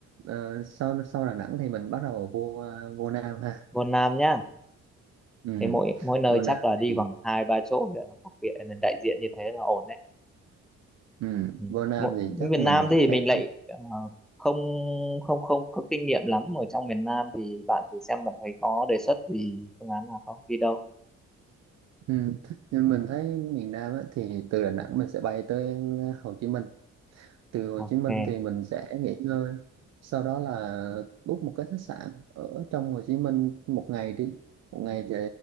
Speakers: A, on the right; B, in the centre.
A: Ờ, sau sau Đà Nẵng thì mình bắt đầu vô ờ, vô Nam ha
B: Vân Nam nhá
A: ừ.
B: thế mỗi mỗi nơi
A: vô Nam
B: chắc là đi
A: thì
B: khoảng hai ba chỗ để đặc biệt là đại diện như thế là ổn đấy
A: ừ.
B: Ừ.
A: vô Nam
B: Mỗi
A: thì chắc
B: Việt Nam
A: mình
B: thì
A: sẽ
B: mình lại ờ, không không không có kinh nghiệm lắm ở trong miền Nam thì bạn thử xem bạn thấy có đề xuất gì phương án nào không đi đâu
A: ừ. nhưng mình thấy miền Nam á, thì từ Đà Nẵng mình sẽ bay tới Hồ Chí Minh từ Hồ
B: ok
A: Chí Minh thì mình sẽ nghỉ ngơi sau đó là book một cái khách sạn ở trong Hồ Chí Minh một ngày đi một ngày thì